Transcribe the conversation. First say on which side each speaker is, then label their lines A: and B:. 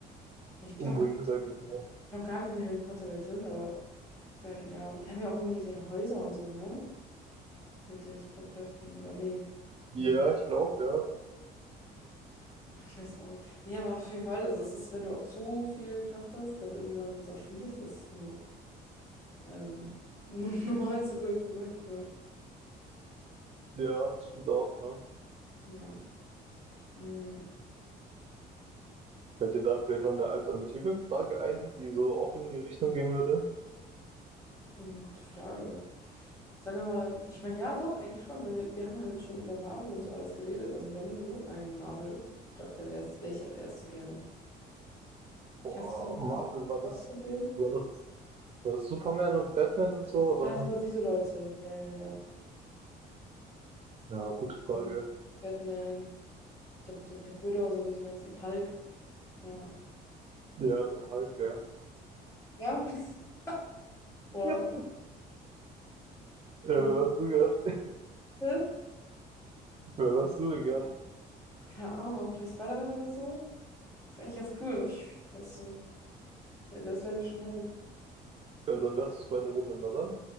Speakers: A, on the left; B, on the right.
A: Ich bin
B: umbringen,
A: noch,
B: sag ich jetzt mal.
A: noch gar nicht in der Harry Potter-Welt drin, aber. Ich meine, ja, die haben ja auch irgendwie ihre Häuser und so, ne? Mit den Superkräften, oder nee.
B: Ja,
A: Nee, die-
B: ich glaube, ja.
A: ach, ich weiß auch nicht. Nee, aber auf jeden Fall, also es ist, wenn du auch zu viel Kraft hast, dann irgendwann wird es auch schwierig, das zu ähm, <laughs> normal zu wirken, sag ich mal.
B: Ja, das stimmt auch, ne?
A: Ja. Mm,
B: Fällt dir da vielleicht noch eine alternative Frage ein, die so auch in die Richtung gehen würde?
A: mm, gute Frage. Sagen wir mal, ich meine, ja, doch, eigentlich schon. Wenn wir, wir haben ja heute schon über Marvel und so alles geredet. Also wenn du ein Marvel-Charakter wärst, welcher wärst du gerne?
B: Boah,
A: Kennst du so kennst
B: Marvel,
A: du dich
B: war
A: aus
B: das,
A: von denen?
B: war das, war das Superman und Batman und so, oder?
A: Also diese Leute, ja, ja,
B: Ja, gute Frage.
A: ja. Batman, ich glaube auch so Black Widow und so diese ganzen Hulk. Ja.
B: Ja, dann Hulk, ja.
A: Ja? <laughs> Wow.
B: <laughs> Ja,
A: Diese-
B: wer wärst du gern?
A: Hä?
B: Wer wärst du denn gern?
A: Keine Ahnung, vielleicht Spider-Man oder so? ist eigentlich ganz cool. So, pfiuh, weißt du, so. Ja, der ist relativ schnell.
B: Ja, dann wärst du Spider-Woman, oder?